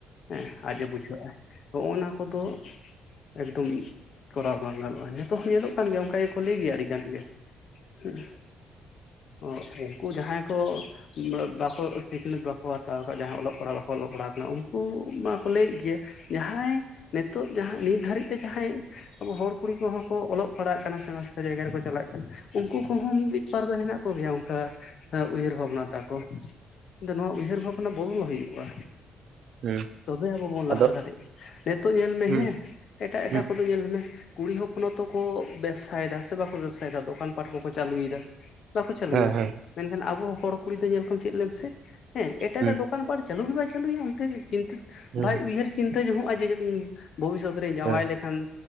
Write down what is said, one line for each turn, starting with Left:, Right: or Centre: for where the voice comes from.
Left: ᱦᱮᱸ ᱟᱡ ᱮ ᱵᱩᱡᱷᱟᱹᱜ-ᱟ ᱦᱚᱜ-ᱱᱟ ᱠᱚᱫᱚ ᱮᱠᱫᱚᱢ ᱠᱚᱨᱟᱣ ᱵᱟᱝ ᱜᱟᱱᱚᱜ-ᱟ ᱱᱤᱛᱳᱜ ᱦᱚᱸ ᱧᱮᱞᱚᱜ ᱠᱟᱱ ᱜᱮᱭᱟ᱾ ᱚᱱᱠᱟ ᱜᱮᱠᱚ ᱞᱟᱹᱭ ᱜᱮᱭᱟ ᱟᱹᱰᱤ ᱜᱟᱱ ᱜᱮ ᱦᱩᱸ ᱚ ᱩᱱᱠᱩ ᱡᱟᱦᱟᱸᱭ ᱠᱚ ᱵᱟ ᱵᱟᱠᱚ ᱥᱤᱠᱷᱱᱟᱹᱛ ᱵᱟᱠᱚ ᱦᱟᱛᱟᱣ ᱠᱟᱫ ᱡᱟᱦᱟᱸᱭ ᱚᱞᱚᱜ ᱯᱟᱲᱦᱟᱶ ᱵᱟᱠᱚ ᱚᱞᱚᱜ ᱯᱟᱲᱦᱟᱶ ᱠᱟᱱᱟ ᱩᱱᱠᱩ ᱢᱟᱠᱚ ᱞᱟᱹᱭᱮᱫ ᱜᱮᱭᱟ᱾ ᱡᱟᱦᱟᱸᱭ ᱱᱮᱛᱳᱜ ᱡᱟᱦᱟᱸᱭ ᱱᱤᱛ ᱫᱷᱟᱹᱨᱤᱡ ᱛᱮ ᱡᱟᱦᱟᱸᱭ ᱟᱵᱚ ᱦᱚᱲ ᱠᱩᱲᱤ ᱠᱚᱦᱚᱸ ᱠᱚ ᱚᱞᱚᱜ ᱯᱟᱲᱦᱟᱜ ᱠᱟᱱᱟ ᱥᱮᱬᱟ ᱡᱟᱭᱜᱟ ᱨᱮᱠᱚ ᱪᱟᱞᱟᱜ ᱠᱟᱱᱟ ᱩᱱᱠᱩ ᱠᱚᱦᱚᱸ ᱢᱤᱫ ᱵᱟᱨ ᱫᱚ ᱦᱮᱱᱟᱜ ᱠᱚᱜᱮᱭᱟ ᱚᱱᱠᱟ ᱮᱸ ᱩᱭᱦᱟᱹᱨ ᱵᱷᱟᱵᱽᱱᱟ ᱛᱟᱠᱚ ᱫᱚ ᱱᱚᱣᱟ ᱩᱭᱦᱟᱹᱨ ᱵᱷᱟᱵᱽᱱᱟ ᱵᱚᱱᱫᱚ ᱦᱩᱭᱩᱜ-ᱟ᱾
Right: ᱦᱩᱸ
Left: ᱛᱚᱵᱮ ᱟᱵᱚ ᱵᱚᱱ
Right: ᱟᱫᱚ
Left: ᱞᱟᱦᱟ ᱫᱟᱲᱮᱜ ᱱᱮᱛᱳᱜ ᱧᱮᱞ ᱢᱮ
Right: ᱦᱩᱸ
Left: ᱦᱮᱸ ᱮᱴᱟᱜ ᱮᱴᱟᱜ
Right: ᱦᱩᱸ
Left: ᱠᱚᱫᱚ ᱧᱮᱞ ᱢᱮ ᱠᱩᱲᱤ ᱦᱚᱯᱚᱱ ᱦᱚᱸᱛᱚ ᱠᱚ ᱵᱮᱵᱽᱥᱟᱭ ᱫᱟ ᱥᱮ ᱵᱟᱠᱚ ᱵᱮᱵᱥᱟᱭᱫᱟ ᱫᱚᱠᱟᱱ ᱯᱟᱴ ᱠᱚᱠᱚ ᱪᱟᱹᱞᱩᱭᱮᱫᱟ ᱵᱟᱠᱚ ᱪᱟᱹᱞᱩᱭᱮᱫᱟ
Right: ᱦᱮᱸ ᱦᱮᱸ
Left: ᱢᱮᱱᱠᱷᱟᱱ ᱟᱵᱚ ᱦᱚᱲ ᱠᱩᱲᱤ ᱫᱚ ᱧᱮᱞ ᱠᱚᱢ ᱪᱮᱫ ᱞᱟᱹᱭ ᱢᱮᱥᱮ ᱦᱮᱸ ᱮᱴᱟᱜᱟᱜ
Right: ᱦᱩᱸ
Left: ᱫᱚᱠᱟᱱ ᱯᱟᱴ ᱪᱟᱹᱞᱩ ᱜᱮ ᱵᱟᱭ ᱪᱟᱹᱞᱩᱭᱟ ᱚᱱᱛᱮ ᱪᱤᱱᱛᱟᱹ
Right: ᱦᱩᱸ
Left: ᱵᱟᱭ
Right: ᱦᱮᱸ ᱦᱩᱸ
Left: ᱩᱭᱦᱟᱹᱨ ᱪᱤᱱᱛᱟᱹ ᱡᱚᱝᱚᱜ-ᱟ ᱡᱮ ᱤᱧ ᱵᱷᱚᱵᱤᱥᱚᱛ ᱥᱩᱠ ᱨᱮ ᱡᱟᱸᱣᱟᱭ
Right: ᱦᱮᱸ
Left: ᱞᱮᱠᱷᱟᱱ